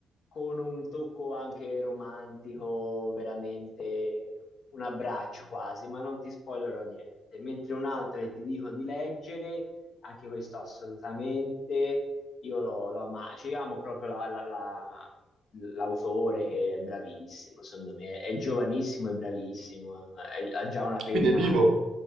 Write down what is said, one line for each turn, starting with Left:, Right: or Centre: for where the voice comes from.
Left: con un tocco anche romantico, veramente un abbraccio quasi, ma non ti spoilerò niente. Mentre un altro che ti dico di leggere, anche questo assolutamente, io lo, lo ama- cioè, io amo proprio la- la- la- l'autore che è bravissimo, secondo me, è giovanissimo e bravissimo, è- ha già una penna
Right: Quindi è vivo,